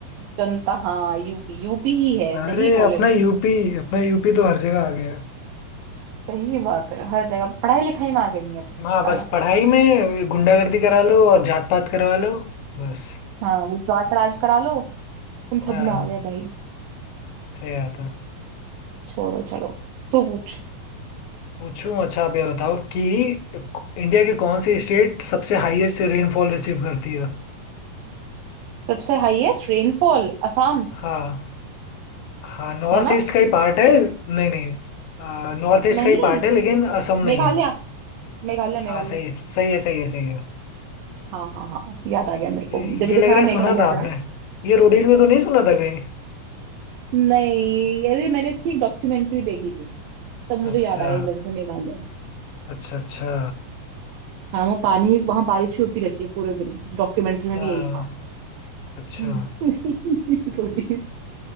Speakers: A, on the right; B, on the left.
A: जनता हाँ यूपी यूपी ही है
B: अरे
A: सही बोले
B: अपना
A: तुम
B: यूपी अपना यूपी तो हर जगह आ गया
A: सही बात है हर जगह पढ़ाई लिखाई में आगे नहीं है बस
B: हाँ
A: साला
B: बस पढ़ाई में गुंडागर्दी करा लो और जात पात करवा लो बस
A: हाँ वो जाट राज करा लो उन सब
B: हाँ
A: में आ गया भाई
B: सही आता
A: छोड़ो चलो तू पूछ
B: पूछूं अच्छा आप ये बताओ कि इंडिया के कौन सी स्टेट सबसे हाईएस्ट रेनफॉल रिसीव करती है
A: सबसे हाईएस्ट रेनफॉल असम
B: हाँ हाँ नॉर्थ
A: है ना
B: ईस्ट का ही पार्ट है नहीं नहीं नॉर्थ ईस्ट
A: नहीं
B: का ही पार्ट है लेकिन असम नहीं
A: मेघालय
B: है
A: मेघालय
B: हाँ
A: मेघालय
B: सही है सही है सही है सही है
A: हाँ हाँ हाँ याद आ गया मेरे को
B: ये
A: जब भी
B: ये
A: तो
B: लग
A: सारा
B: रहा है
A: मेघालय
B: सुना था
A: पड़ा
B: आपने
A: है
B: ये रोडीज में तो नहीं सुना था कहीं
A: नहीं अरे मैंने इसकी एक डॉक्यूमेंट्री देखी थी तब मुझे
B: अच्छा
A: याद आया एकदम से मेघालय
B: अच्छा अच्छा
A: हाँ वहाँ पानी वहाँ बारिश ही होती रहती है पूरे दिन उस डॉक्यूमेंट्री में
B: हाँ
A: भी यही था
B: अच्छा
A: <laughs> रोटीज